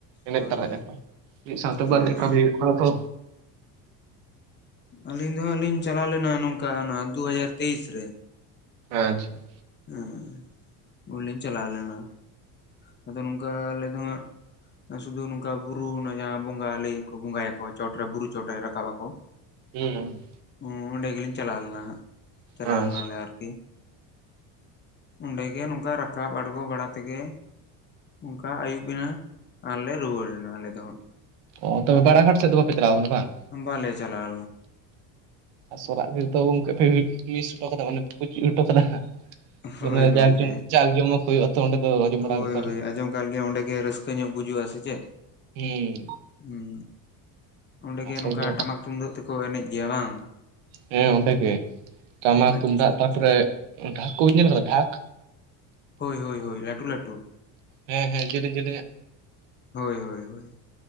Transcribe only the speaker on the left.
ᱦᱳᱭ
ᱦᱳᱭ
ᱟᱹᱞᱤᱧ ᱫᱚ ᱦᱟᱸᱜ ᱞᱤᱧ ᱪᱟᱞᱟᱣ ᱞᱮᱱᱟ ᱱᱚᱝᱠᱟ ᱫᱩ ᱦᱟᱡᱟᱨ ᱛᱮᱭᱤᱥ ᱨᱮ,
ᱦᱮᱸ <unintelligible> ᱞᱤᱧ ᱪᱟᱞᱟᱣ ᱞᱮᱱᱟ ᱟᱫᱚ ᱱᱚᱝᱠᱟ ᱟᱞᱮ ᱫᱚ ᱦᱟᱸᱜ ᱟᱨ ᱥᱩᱫᱷᱩ ᱱᱚᱝᱠᱟ ᱵᱩᱨᱩ ᱚᱱᱟ ᱡᱟᱦᱟᱸ ᱵᱚᱸᱜᱟ ᱞᱟᱹᱭ ᱠᱚ ᱵᱚᱸᱜᱟᱭᱟᱠᱚ ᱪᱚᱴᱨᱮ ᱵᱩᱨᱩ ᱪᱚᱴᱨᱮ ᱨᱟᱠᱟᱵ ᱟᱠᱚ <inaudible>
ᱦᱩᱸ ᱚᱰᱮᱸ ᱜᱮᱞᱤᱧ ᱪᱟᱞᱣ ᱞᱮᱱᱟ ᱦᱟᱸᱜ, ᱪᱟᱞᱣ
ᱞᱮᱱᱟ ᱟᱨᱠᱤ ᱚᱸᱰᱮᱜᱮ ᱱᱚᱝᱠᱟ ᱨᱟᱠᱟᱵ ᱟᱬᱜᱚ ᱵᱟᱲᱟ ᱛᱮᱜᱮ ᱚᱝᱠᱟ ᱟᱹᱭᱩᱵ ᱮᱱᱟ ᱟᱨᱞᱮ ᱨᱩᱣᱟᱹᱲ ᱮᱱᱟ ᱟᱞᱮ ᱫᱚ ᱦᱟᱸᱜ
ᱵᱟ ᱞᱮ ᱪᱟᱞᱟᱣ ᱞᱮᱱᱟ
ᱦᱳᱭ
ᱜᱚᱝᱠᱮ
ᱦᱳᱭ
ᱦᱳᱭ ᱟᱸᱡᱚᱢ ᱠᱟᱜ ᱜᱮ ᱚᱸᱰᱮ ᱜᱮ ᱨᱟᱹᱥᱠᱟᱹ ᱧᱚᱜ ᱵᱩᱡᱩᱜ-ᱟ ᱥᱮ ᱪᱮᱫ
ᱦᱩᱸ, ᱚᱸᱰᱮ ᱜᱮ
ᱱᱚᱝᱠᱟ
ᱴᱟᱢᱟᱠ ᱛᱩᱢᱫᱟᱹᱜ ᱛᱮᱠᱚ ᱮᱱᱮᱡ ᱜᱮᱭᱟ ᱵᱟᱝ
ᱟᱪᱪᱷᱟ
ᱟᱪᱪᱷᱟ
ᱦᱳᱭ ᱦᱳᱭ ᱦᱳᱭ ᱞᱟᱹᱴᱩ ᱞᱟᱹᱴᱩ
ᱦᱳᱭ ᱦᱳᱭ ᱦᱳᱭ